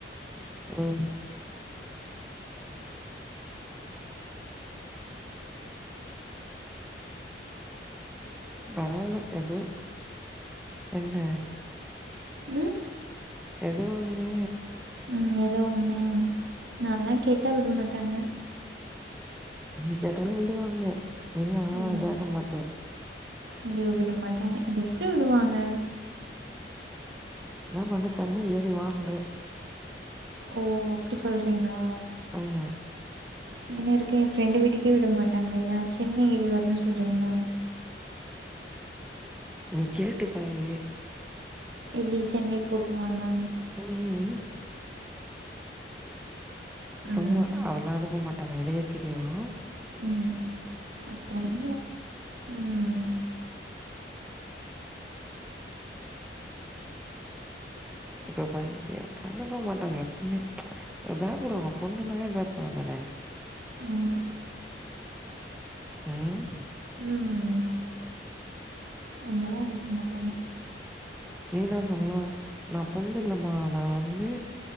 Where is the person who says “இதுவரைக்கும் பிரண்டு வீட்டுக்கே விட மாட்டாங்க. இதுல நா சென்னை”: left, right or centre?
Right